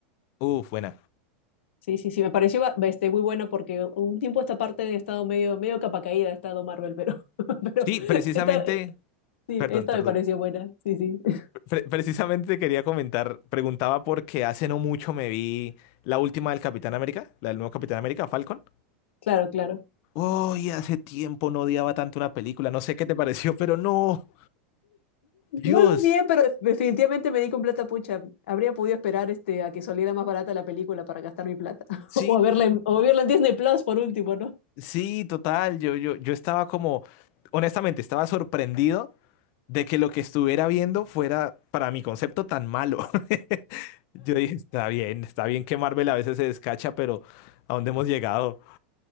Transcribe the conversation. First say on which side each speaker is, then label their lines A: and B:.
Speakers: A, on the left; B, on the left.
A: Uf, buena.
B: Sí, sí, sí, me pareció ba- este, muy buena porque un tiempo esta parte he estado medio, medio capa caída, ha estado Marvel, pero, <laughs> pero
A: Sí, precisamente,
B: esta, eh, sí,
A: perdón,
B: esta
A: perdón.
B: me pareció buena, sí, sí, <laughs>
A: Pre- precisamente quería comentar, preguntaba porque hace no mucho me vi la última del Capitán América, la del nuevo Capitán América, Falcon.
B: claro, claro.
A: Oh, y hace tiempo no odiaba tanto una película, no sé qué te pareció, pero no, Dios.
B: No lo odié, pero definitivamente me di con plata pucha. Habría podido esperar este, a que saliera más barata la película para gastar mi plata. <laughs>
A: Sí,
B: O a verla en, o verla en Disney Plus por último, ¿no?
A: sí, total, yo, yo, yo estaba como, honestamente, estaba sorprendido de que lo que estuviera viendo fuera para mi concepto tan malo. <laughs> Yo dije, está bien, está bien que Marvel a veces se descacha, pero ¿a dónde hemos llegado?